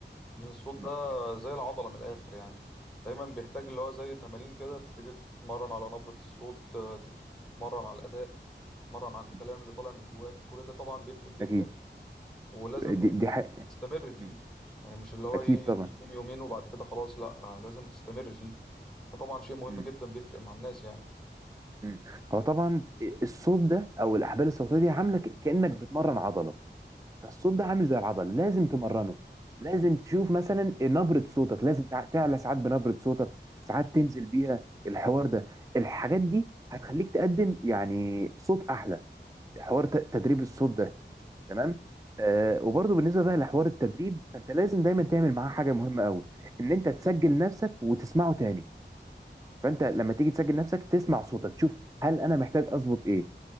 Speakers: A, in the centre; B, on the right.
A: ان الصوت
B: مم.
A: ده زي العضلة من الاخر يعني دايما بيحتاج
B: مم.
A: اللي هو زي تمارين كده تبتدي تتمرن على نبرة الصوت آه، تتمرن على الاداء تتمرن على الكلام
B: مم.
A: اللي طالع من جواك كل ده طبعا بيفرق جدا
B: اكيد
A: ولازم
B: دي, دي حق...
A: تستمر فيه
B: مم.
A: يعني مش اللي هو
B: اكيد
A: ايه
B: طبعا
A: يوم يومين وبعد كده خلاص لا آه، لازم تستمر فيه
B: مم.
A: ده طبعا شيء مهم
B: مم.
A: جدا بيفرق مع الناس يعني
B: مم. هو طبعا الصوت ده او الاحبال الصوتيه دي عامله ك- كانك بتمرن عضله فالصوت ده عامل زي العضله لازم تمرنه لازم تشوف مثلا نبره صوتك لازم تع- تعلى ساعات بنبره صوتك ساعات تنزل بيها الحوار ده الحاجات دي هتخليك تقدم يعني صوت احلى حوار ت- تدريب الصوت ده تمام آه وبرضه بالنسبه بقى لحوار التدريب فانت لازم دايما تعمل معاه حاجه مهمه قوي ان انت تسجل نفسك وتسمعه تاني فانت لما تيجي تسجل نفسك تسمع صوتك تشوف هل انا محتاج اظبط ايه